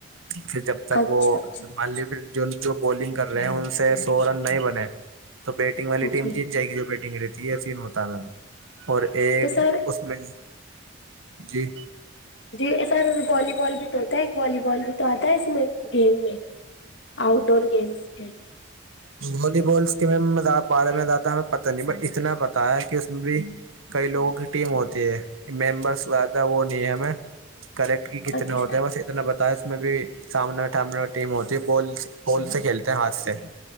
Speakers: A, on the right; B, on the left.
A: پھر جب تک
B: اچھا
A: وہ
B: اچھا
A: مان لیے جو بالنگ کر رہے ہیں ان سے سو رن نہیں بنے تو بیٹ بیگ والی ٹیم
B: جی
A: جیت جائے گی جو بیٹنگ رہتی ہے پھر متع اور ایک
B: تو سر
A: نہیں جی
B: جی سر والی بال بھی تو ہوتا ہے ایک والی بال بھی تو آتا ہے اس میں گیم میں آؤٹ ڈور گیمس بھی
A: والی بال کے بارے میں زیادہ ہمیں پتہ نہیں بٹ اتنا پتاہ ہے کہ اس میں بھی کئی لوگوں کی ٹیم ہوتی ہے ممبرس زیادہ وہ نہیں ہے ہمیں کریکٹ کی کتنے
B: اچھا
A: ہوتے ہیں بس اتنا بتایا اس میں بھی سامنے ٹیم ہوتی ہے بال بال سے کھیلتے ہیں ہاتھ سے